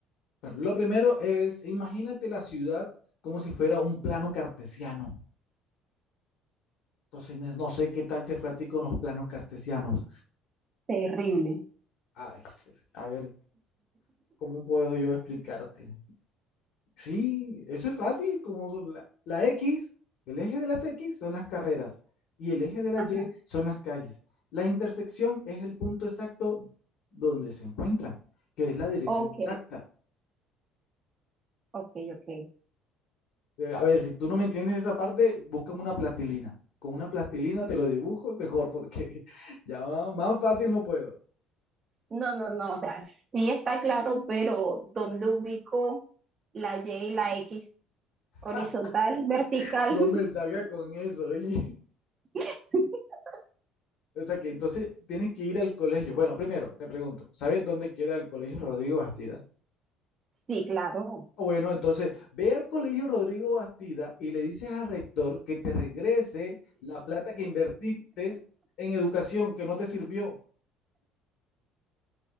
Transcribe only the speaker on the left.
bueno, lo primero es, imagínate la ciudad como si fuera un plano cartesiano. Entonces, no no sé qué tal te fue a ti con los planos cartesianos.
Ay, pues, a ver, ¿Cómo puedo yo explicarte? Sí, eso es fácil, como son la, la X, el eje de las X son las carreras y el eje de la
Y son las calles. La intersección es el punto exacto donde se encuentran, que es la dirección
exacta.
Eh, a ver, si tú no me entiendes esa parte, busca una plastilina. Con una plastilina te lo dibujo mejor porque <laughs> ya más fácil no puedo.
<laughs>
No me salga con eso, oye.
O sea que entonces tienes que ir al colegio. Bueno, primero te pregunto, ¿sabes dónde queda el colegio Rodrigo Bastida?
Ah, Bueno, entonces ve al colegio Rodrigo Bastida y le dices al rector que te regrese la plata que invertiste en educación, que no te sirvió.